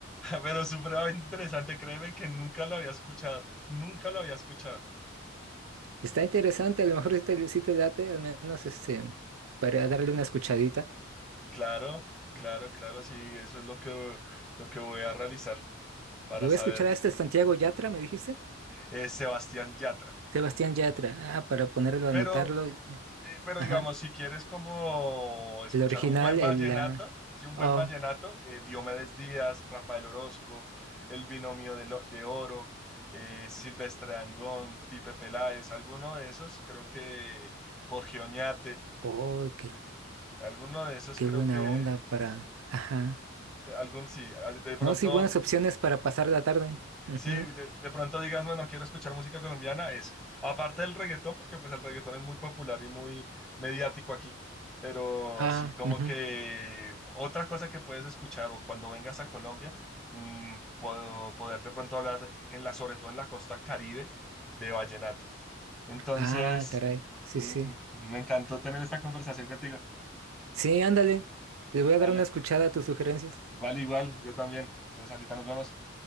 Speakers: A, in the centre; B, on the right (about 80°).
A: Pero supremamente interesante, créeme que nunca lo había escuchado. Nunca lo había escuchado.
B: Está interesante, a lo mejor si te, si te late, al menos este, para darle una escuchadita.
A: Claro, claro, claro, sí, eso es lo que, lo que voy a realizar para
B: Yo voy
A: saber.
B: a escuchar a este Santiago Yatra, ¿me dijiste?
A: Eh, Sebastián Yatra.
B: Sebastián Yatra. Ah, para ponerlo,
A: Pero,
B: anotarlo.
A: eh, pero
B: Ajá.
A: digamos, si quieres como escuchar
B: El original,
A: un buen
B: el
A: vallenato,
B: la.
A: sí, un buen
B: Oh,
A: vallenato, eh, Diomedes Díaz, Rafael Orozco, El Binomio de, Lo- de Oro, eh, Silvestre Dangond, Pipe Peláez, alguno de esos, creo que Jorge Oñate,
B: oh, qué,
A: alguno de esos
B: qué
A: creo
B: buena
A: que,
B: onda para.
A: sí,
B: Ajá.
A: que algún, sí, de pronto
B: No, sí, buenas opciones para pasar la tarde. Ujú.
A: Sí, de, de pronto digas, bueno, quiero escuchar música colombiana, eso. Aparte del reggaetón, porque pues el reggaetón es muy popular y muy mediático aquí. Pero
B: Ah,
A: sí, como
B: ujú.
A: que otra cosa que puedes escuchar o cuando vengas a Colombia, mm, puedo poder de pronto hablar en la, sobre todo en la costa Caribe de vallenato. Entonces,
B: Ah, caray. Sí,
A: mm,
B: sí.
A: me encantó tener esta conversación contigo.
B: Sí, ándale. Le voy
A: Vale,
B: a dar una escuchada a tus sugerencias.
A: vale igual, yo también. Entonces, ahorita nos vemos.